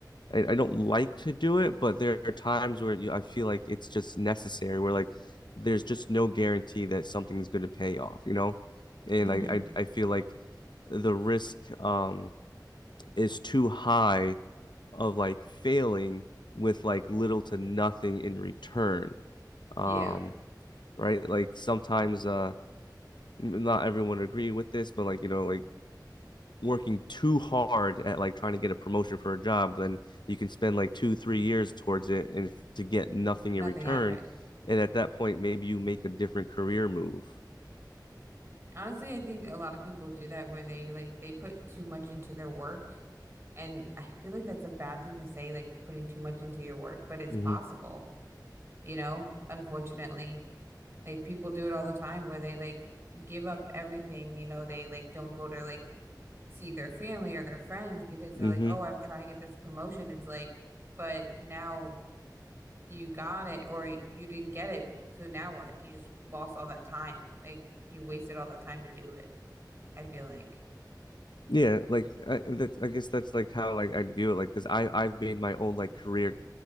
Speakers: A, on the left; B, on the right.
A: I, I don't like to do it, but there are times where you, I feel like it's just necessary. Where like there's just no guarantee that something's going to pay off, you know? And
B: hmm
A: like I I feel like the risk um is too high of like failing with like little to nothing in return. Um,
B: Yeah.
A: right? Like sometimes uh not everyone agree with this, but like you know, like working too hard at like trying to get a promotion for a job, then you can spend like two, three years towards it and to get nothing
B: Nothing
A: in return.
B: out of it.
A: And at that point, maybe you make a different career move.
B: Honestly, I think a lot of people do that where they like they put too much into their work. And I feel like that's a bad thing to say, like putting too much into your work, but it's
A: hmm
B: possible, you know, unfortunately. Like people do it all the time where they like give up everything, you know, they like don't go to like see their family or their friends because they're
A: hmm
B: like, oh, I'm trying to get this promotion. It's like, but now you got it or you didn't get it. So now what? You just lost all that time. Like you wasted all that time to do it. I feel like,
A: Yeah, like I, that's, I guess that's like how like I view it. Like, because I I've made my own like career